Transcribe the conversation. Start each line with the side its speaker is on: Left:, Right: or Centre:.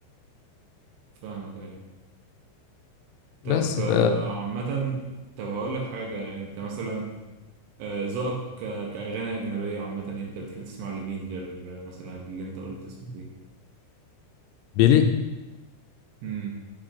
Right: فاهمك ايوه طب
Left: بس
Right: آه،
Left: ف
Right: عامة طب هقول لك حاجة انت مثلا آه، ذوقك ك- كأغاني أجنبية عامة انت بتحب تسمع لمين غير آه، مثلا اللي انت قلت اسمه دي
Left: بيلي
Right: امم